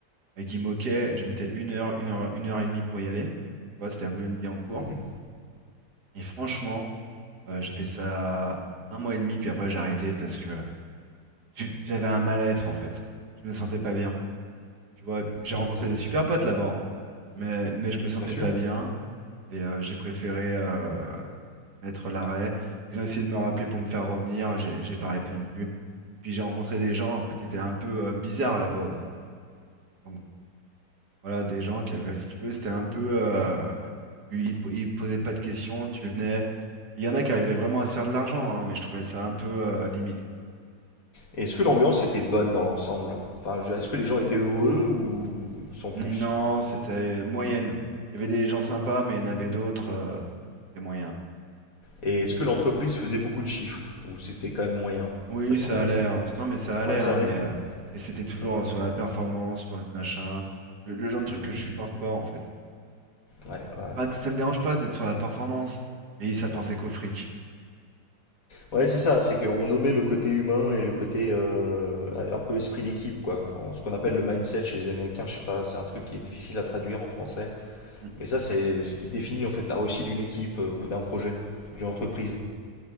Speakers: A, on the right (about 70°); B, on the left (about 55°).
A: à Guimauquet, je mettais une heure, une heure, une heure et demie pour y aller. Tu vois, c'était à Boulogne-Billancourt.
B: Mhm.
A: Et franchement, euh, j'ai fait ça un mois et demi, puis après, j'ai arrêté parce que tu- j'avais un mal-être en fait. Je me sentais pas bien. Tu vois, j'ai
B: Mhm.
A: rencontré des super potes là-bas, hein. mais, mais je me sentais
B: Bien sûr.
A: pas bien et euh, j'ai préféré. euh, mettre l'arrêt. Ils ont essayé de me rappeler pour me faire revenir, j'ai j'ai pas répondu. Puis j'ai rencontré des gens un peu- qui étaient un peu euh, bizarres là-bas aussi. hein. Donc bon, voilà, des gens qui avaient, si tu veux, c'était un peu, euh, ils, ils posaient pas de questions, tu venais. Il y en a qui arrivaient vraiment à se faire de l'argent, hein, mais je trouvais ça un peu euh, limite.
B: Et Est-ce que l'ambiance était bonne dans l'ensemble? Enfin, je- est-ce que les gens étaient heureux ou sans plus?
A: quoi. Non, c'était moyenne. Il y avait des gens sympas, mais il y en avait d'autres, euh, c'était moyen.
B: Et est-ce que l'entreprise faisait beaucoup de chiffres? Ou c'était quand même moyen?
A: Oui,
B: Ça, c'est
A: ça
B: intéressant.
A: allait. hein. Non, mais ça allait,
B: Ouais, ça
A: hein,
B: allait.
A: mais, euh, mais c'était toujours
B: Mhm.
A: sur la performance, sur le machin, le, le genre de truc
B: Mhm.
A: que je supporte pas en fait.
B: Ouais, ouais, ouais.
A: Enfin, que ça me dérange pas d'être sur la performance, mais ça pensait qu'au fric.
B: Ouais, c'est ça, c'est qu'on nommait le côté humain et le côté euh, un peu esprit d'équipe, quoi. En- Ce qu'on appelle le mindset chez les Américains, je sais pas, c'est un truc qui est difficile à traduire en français.
A: Mm.
B: Mais ça, c'est ce qui définit en fait la réussite d'une équipe euh, ou d'un projet, d'une entreprise.